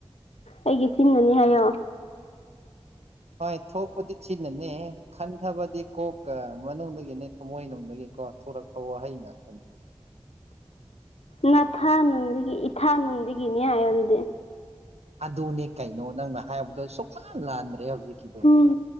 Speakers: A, on the left; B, on the right.
A: ꯑꯩꯒꯤ ꯆꯤꯟꯅꯅꯤ ꯍꯥꯏꯌꯣ
B: ꯍꯣꯏ ꯊꯣꯛꯄꯗꯤ ꯆꯤꯟꯅꯅꯦ ꯈꯟꯊꯕꯗꯤ ꯀꯣꯛꯀ ꯃꯅꯨꯡꯗꯒꯤꯅꯦ ꯊꯃꯣꯏꯅꯨꯡꯗꯒꯤꯀꯣ ꯊꯣꯔꯛꯄ ꯋꯥꯍꯩ ꯉꯥꯛꯇꯅꯤ
A: ꯅꯊꯥ ꯅꯨꯡꯗꯒꯤ ꯏꯊꯥ ꯅꯨꯡꯗꯒꯤꯅꯦ ꯍꯥꯏꯌꯣ ꯑꯗꯨꯗꯤ
B: ꯑꯗꯨꯅꯦ ꯀꯩꯅꯣ ꯅꯪꯅ ꯍꯥꯏꯕꯗꯣ ꯁꯨꯛꯂꯥꯟ ꯂꯥꯟꯗ꯭ꯔꯦ ꯍꯧꯖꯤꯛꯀꯤꯗꯣ
A: ꯎꯝ